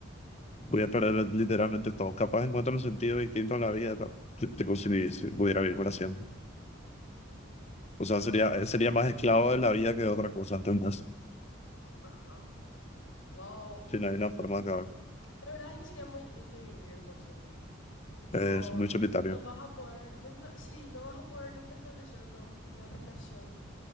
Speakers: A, on the left; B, on the left.
A: Voy a perder literalmente todo. Capaz encuentro un sentido distinto en la vida, ca- que- que si, si pudiera vivir para siempre. O sea,
B: Ah,
A: sería, eh, sería más esclavo de la vida que de otra cosa, entonces,
B: ajá. Wow. mm,
A: si no hay una forma de
B: sí.
A: acabar.
B: La verdad es que sería muy triste vivir por siempre. V- Tipo,
A: Es muy solitario.
B: no vas a poder nunca, sí, no vas a poder nunca establecer una, una relación